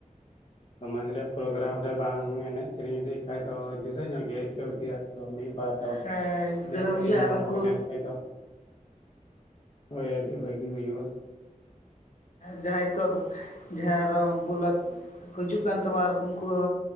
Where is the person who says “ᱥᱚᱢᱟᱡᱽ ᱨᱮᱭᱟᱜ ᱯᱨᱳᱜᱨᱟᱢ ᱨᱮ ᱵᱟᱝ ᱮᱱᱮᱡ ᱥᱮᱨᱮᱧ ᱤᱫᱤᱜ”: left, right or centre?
Left